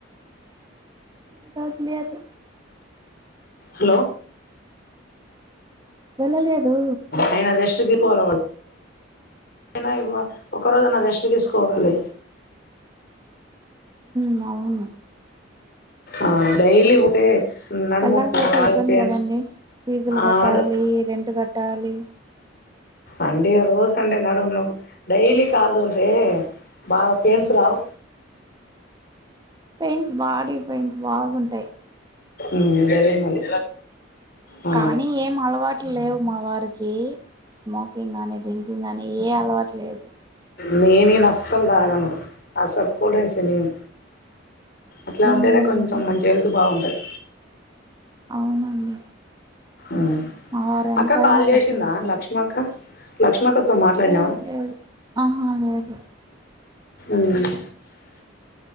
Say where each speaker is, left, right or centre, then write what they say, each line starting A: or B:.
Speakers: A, on the right; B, on the left.
A: ఈ రోజు లేదు
B: హలో
A: వెళ్ళలేదు
B: ఆయన రెస్ట్ తీసుకోవాలి అయినా వ ఒక్క రోజు అయినా రెస్ట్ తీసుకోవాలి
A: మ్ అవును
B: ఆ డైలీ పోతే నడుముప్పు
A: వెళ్ళకపోతే
B: ఆ
A: ఇబ్బంది
B: పెయిన్స్
A: కదండి ఫీజులు కట్టాలి
B: ఆడు
A: రెంట్ కట్టాలి
B: అంటే ఇగ రోజు అంటే నడుమునోప్ డైలీ కారు తొలుతే బాగా పెయిన్స్ రావు
A: పెయిన్స్ బాడీ పెయిన్స్ బాగుంటాయి
B: మ్ గదే మరి ఆ
A: కానీ ఏం అలవాట్లు లేవు మా వారికి స్మోకింగ్ కని డ్రింక్ కింగ్ కానీ ఏ అలవట్లేదు
B: మీ నిను అస్సలు తగను అస్సలు కూల్ డ్రింక్సే నిన్ అట్లా
A: ఉమ్
B: ఉంటేనే కొంచెం మంచిగా హెల్త్ బాగుంటది
A: అవునండి
B: మ్
A: మా వారు ఎంతయినా
B: అక్క కాల్ చేసిందా
A: కష్టపడతారు
B: లక్ష్మీ అక్క లక్ష్మక్కత్తో మాట్లాడినావా
A: లేదు లేదు ఆహా లేదు
B: మ్